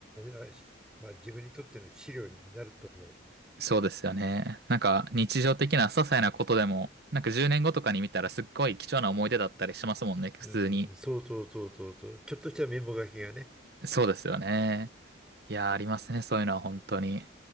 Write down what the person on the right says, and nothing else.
そうですよね。なんか日常的な些細なことでも、なんか10年後とかに見たらすっごい貴重な思い出だったりしますもんね。普通に。
そうですよね。いやー、ありますね。そういうのは本当に。